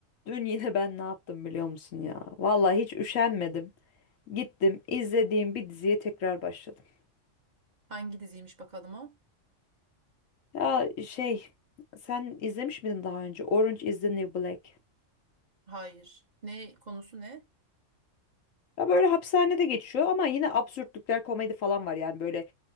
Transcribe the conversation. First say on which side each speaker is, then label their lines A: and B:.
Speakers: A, on the left; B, on the right.
A: Dün yine ben ne yaptım biliyor musun ya? Vallahi hiç üşenmedim. Gittim izlediğim bir diziye tekrar başladım.
B: Hangi diziymiş bakalım o?
A: Ya şey sen izlemiş miydin daha önce Orange is the New Black?
B: Hayır. Ne konusu ne?
A: Ya böyle hapishanede geçiyor ama yine absürtlükler komedi falan var yani böyle